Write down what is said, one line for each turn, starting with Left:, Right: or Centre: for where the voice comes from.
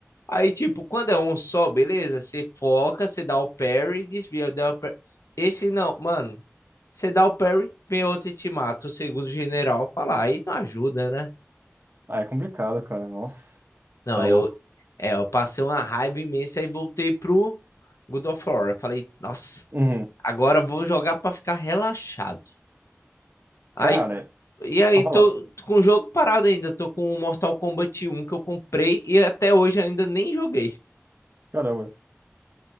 Left: Aí, tipo, quando é um só, beleza? Você foca, você dá o parry, desvia, dá o parry. Esse não, mano. Você dá o parry, vem outro e te mata. O segundo general fala, aí não ajuda, né?
Right: Ah, é complicado, cara. Nossa,
Left: Não,
Right: tá
Left: eu,
Right: louco.
Left: é, eu passei uma raiva imensa e voltei pro God of War. Eu falei, nossa,
Right: Uhum.
Left: agora eu vou jogar pra ficar relaxado. Aí,
Right: Cara, é-
Left: e aí,
Right: falar.
Left: tô, tô com o jogo parado ainda. Tô com o Mortal Kombat um que eu comprei e até hoje ainda nem joguei.
Right: Caramba.